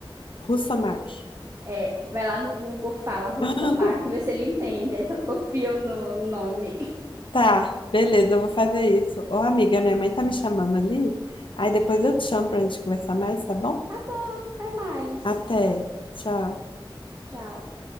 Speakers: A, on the left (about 65°); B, on the right (about 35°).
A: Russomach.
B: É, vai lá no Google, fala Russomach,
A: <laughs>
B: vê se ele entende. Aí só copia o no- nome. <laughs>
A: Tá, beleza, eu vou fazer isso. Ô, amiga, minha mãe tá me chamando ali. Aí depois eu te chamo pra gente conversar mais, tá bom?
B: Tá bom, até mais.
A: Até. Tchau.
B: Tchau.